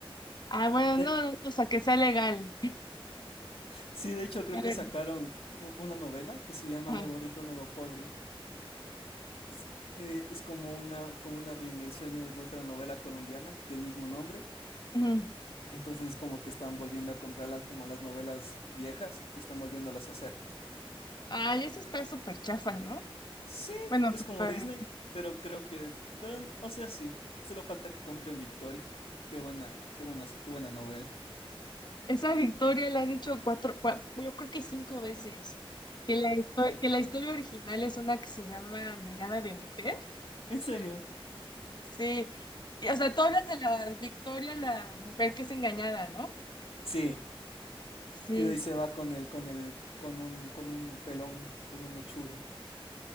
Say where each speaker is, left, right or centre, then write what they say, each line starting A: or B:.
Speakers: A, on the left; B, on the left.
A: Ah, bueno,
B: De-
A: no, no, no, o sea, que sea legal. <laughs>
B: sí, de hecho, creo
A: Que
B: que sacaron u- una novela que se llama
A: Ah,
B: Nuevo Rico, Nuevo Pobre. Es, eh, es como una, como una reinvención de de otra novela colombiana del mismo nombre.
A: ujú.
B: Entonces, como que están volviendo a comprarlas como las novelas viejas y están volviéndolas a hacer.
A: Ay, eso está súper chafa, ¿no?
B: Sí,
A: Bueno,
B: es
A: súper.
B: como Disney, pero creo que, pero, o sea, sí, solo falta que compren Victoria. Qué buena, qué buena, qué buena novela.
A: Esa victoria la han hecho cuatro, cua- yo creo que cinco veces. Que la, histo- que la historia original es una que se llama Mirada de Mujer.
B: ¿En serio?
A: Sí. Y, o sea, tú hablas de la Victoria, la mujer que es engañada, ¿no?
B: Sí,
A: Sí,
B: Y de ahí se va con el, con el, con un, con un pelón, con un mechudo.